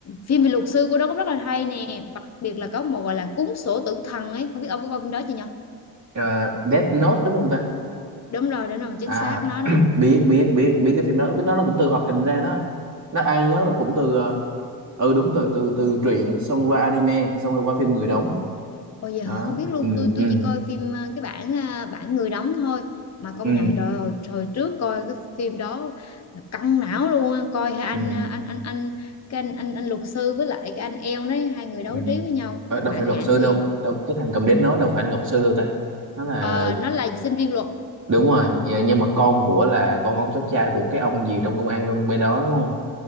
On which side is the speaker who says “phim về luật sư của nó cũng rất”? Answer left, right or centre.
Left